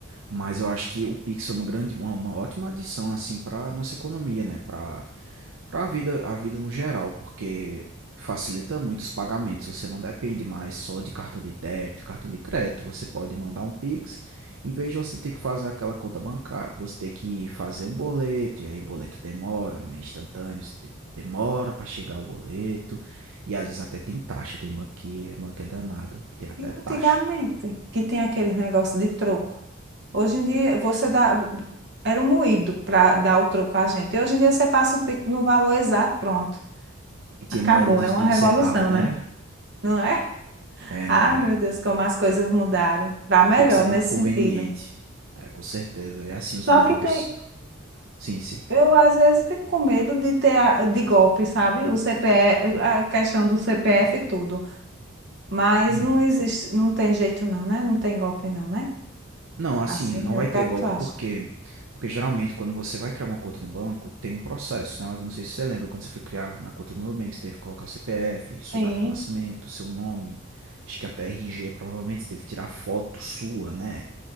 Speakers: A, on the right (about 70°); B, on the right (about 55°).
A: Mas eu acho que o Pix é uma grande, uma, uma ótima adição assim para nossa economia, né? Para para a vida, a vida no geral, porque facilita muito os pagamentos. Você não depende mais só de cartão de débito, cartão de crédito. Você pode mandar um Pix Em vez de você ter que fazer aquela conta bancária, você ter que fazer um boleto, e aí o boleto demora, não é instantâneo, você tem- que demora para chegar o boleto, e às vezes até tem taxa, tem banquinha, banco é danado, que tem até
B: E
A: taxa.
B: antigamente, que tem aqueles negócios de troco. Hoje em dia, você dá. Era um moído para dar o troco a gente. E hoje em dia, você passa um pico no valor exato, pronto.
A: E tinha
B: Acabou.
A: moeda de,
B: É uma
A: de
B: revolução,
A: um centavo, né?
B: né?
A: era?
B: Não é?
A: É,
B: Ai,
A: não, é.
B: meu Deus, como as coisas mudaram. Para melhor
A: Pix é muito
B: nesse
A: conveniente.
B: sentido.
A: É, com certeza. É assim os bancos.
B: Só que tem.
A: Sim, sim.
B: Eu às vezes fico com medo de ter a- de golpe, sabe? O C CPF, a questão do C P F e tudo. Mas
A: Hum.
B: não existe, não tem jeito não, né? Não tem golpe não, né?
A: Não, assim,
B: Assim,
A: não
B: é
A: vai
B: o que
A: ter
B: é
A: golpe
B: que tu acha?
A: porque porque geralmente quando você vai criar uma conta no banco, tem um processo, né? Eu não sei se você lembra, quando você foi criar na conta do Nubank, você teve que colocar o CPF, sua
B: Sim.
A: data de nascimento, seu nome, acho que até RG, provavelmente você teve que tirar foto sua, né?